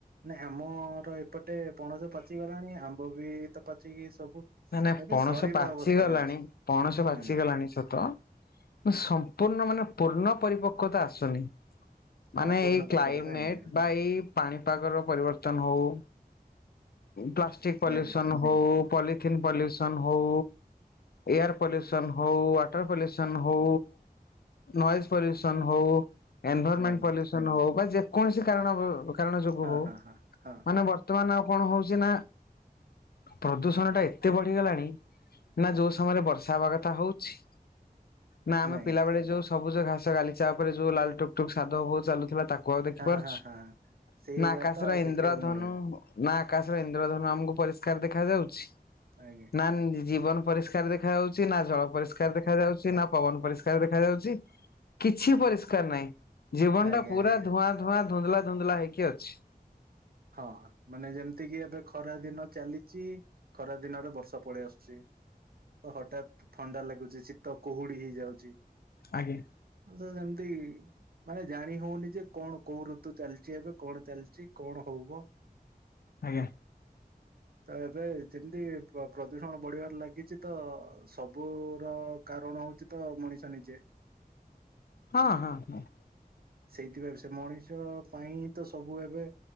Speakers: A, on the right; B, on the left.
A: ନାଇଁ ଆମର ଏପଟେ ପଣସ ପାଚିଗଲାଣି ଆମ୍ବ ବି ତ ପାଚିକି ସବୁ
B: ନା ନା
A: ଏବେ
B: ପଣସ
A: ସରିବା
B: ପାଚି
A: ଅବସ୍ଥାରେ
B: ଗଲାଣି
A: ଅଛି
B: ପଣସ ପାଚି
A: ହୁଁ
B: ଗଲାଣି ସତ ସମ୍ପୂର୍ଣ୍ଣ ମାନେ ପୂର୍ଣ୍ଣ ପରିପକ୍ୱତା ଆସୁନି ମାନେ
A: ହଁ ପୂର୍ଣ୍ଣ
B: ଏଇ
A: ପରିପକତା
B: କ୍ଲାଇମେଟ
A: ହେଇନି
B: ବା ଏଇ ପାଣିପାଗର ପରିବର୍ତ୍ତନ ହଉ ପ୍ଲାଷ୍ଟିକ ପଲ୍ୟୁସନ
A: ଆଜ୍ଞା
B: ହଉ ପଲିଥିନ୍ ପଲ୍ୟୁସନ ହଉ ଏୟାର ପଲ୍ୟୁସନ୍ ହଉ ୱାଟର ପଲ୍ୟୁସନ୍ ହଉ ନଏଜ ପଲ୍ୟୁସନ୍ ହଉ ଏନଭରମେଣ୍ଟ
A: ଆଜ୍ଞା
B: ପଲ୍ୟୁସନ ହଉ ବା ଯେକୌଣସି କାରଣ କାରଣ ଯୋଗୁ
A: ହଁ
B: ହଉ
A: ହଁ ହଁ ହଁ
B: ମାନେ ବ ବର୍ତ୍ତମାନ ଆଉ କଣ ହଉଛି ନା, ପ୍ରଦୂଷଣ ଟା ଏତେ ବଢିଗଲାଣି ନା ଯୋଉ ସମୟରେ ବର୍ଷା ହେବା କଥା ହଉଛି ନା ଆମେ
A: ନାଇଁ
B: ପିଲାବେଳେ ଯୋଉ ସବୁଜ ଘାସ ଗାଲିଚ ଉପରେ ଯୋଉ ଲାଲଟୁକ ଟୁକ୍ ସାଧବ ବୋହୂ ଚାଲୁଥିଲା ତା କୁ ଆଉ ଦେଖିପାରୁଛୁ,
A: ହଁ ହଁ ହଁ ସେଇ
B: ନା
A: ବା
B: ଆକାଶର
A: ତ ଆଉ
B: ଇନ୍ଦ୍ରଧନୁ
A: ଦେଖିବାକୁ ମିଳୁନି
B: ନା ଆକାଶର ଇନ୍ଦ୍ରଧନ ଆମକୁ ପରିଷ୍କାର ଦେଖା ଯାଉଛି।
A: ଆଜ୍ଞା।
B: ନା ଜୀବନ ପରିଷ୍କାର ଦେଖା ଯାଉଛି, ନା ଜଳ ପରିଷ୍କାର ଦେଖା ଯାଉଛି ନା, ପବନ ପରିଷ୍କାର ଦେଖାଯାଉଛି, କିଛି ପରିଷ୍କାର ନାହିଁ। ଜୀବନ
A: ଆଜ୍ଞା
B: ଟା ପୁରା
A: ଆଜ୍ଞା
B: ଧୂଆଁ ଧୂଆଁ ଧୁନ୍ଦଲା ଧୁନ୍ଦଲା ହେଇକି ଅଛି।
A: ହଁ ମାନେ ଯେମିତି କିି ଏବେ ଖରା ଦିନ ଚାଲିଛି ଖରା ଦିନରେ ବର୍ଷା ପଳେଇ ଆସୁଛି। ଓ ହଠାତ୍ ଥଣ୍ଡା ଲାଗୁଚି। ଶୀତ କୁହୁଡି ହେଇଯାଉଛି।
B: ଆଜ୍ଞା।
A: ଆ ତ ଯେମିତି ମାନେ ଜାଣି ହଉନି ଯେ କଣ କୋଉ ଋତୁ ଚାଲିଛି ଏବେ, କଣ ଚାଲିଛି, କଣ ହଉବ।
B: ଆଜ୍ଞା।
A: ତ ଏବେ ଯେମିତି ପ୍ରଦୂଷଣ ବଢିବାରେ ଲାଗିଛି ତ ସବୁର କାରଣ ହଉଛି ତ ମଣିଷ ନିଜେ।
B: ହଁ। ହଁ। ହଁ।
A: ସେଇଥିପାଇ ସେ ମଣିଷ ପାଇଁ ତ ସବୁ ଏବେ